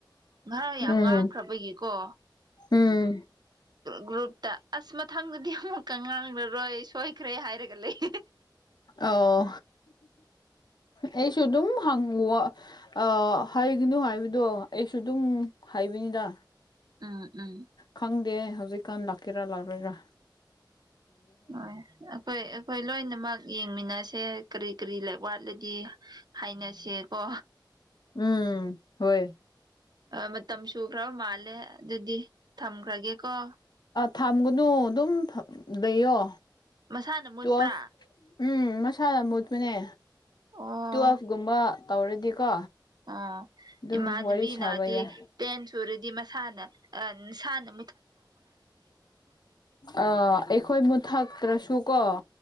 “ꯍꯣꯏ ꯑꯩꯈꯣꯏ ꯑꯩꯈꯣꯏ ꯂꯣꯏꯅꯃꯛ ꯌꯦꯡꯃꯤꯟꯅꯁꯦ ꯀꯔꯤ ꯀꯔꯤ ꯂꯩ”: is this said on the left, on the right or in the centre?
Right